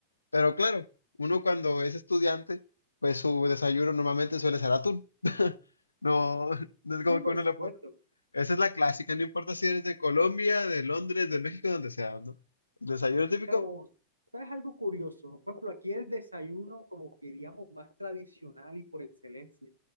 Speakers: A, on the left; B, on the right.
A: Pero claro, uno cuando es estudiante, pues su desayuno normalmente suele ser atún. <laughs> No, no es como
B: Sí, por
A: que uno
B: supuesto.
A: le pone. Esa es la clásica, no importa si eres de Colombia, de Londres, de México, donde sea, ¿no? El desayuno típico,
B: Pero, ¿sabes algo curioso? Por ejemplo, aquí el desayuno, como que digamos, más tradicional y por excelencia,